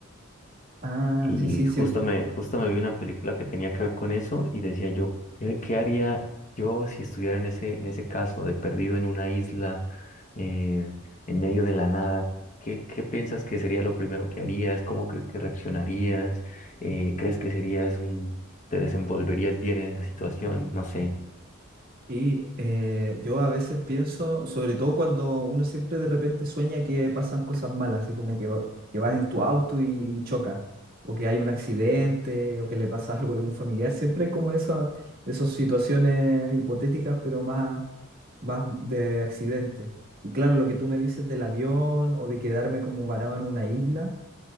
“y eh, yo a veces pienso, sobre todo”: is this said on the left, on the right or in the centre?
Right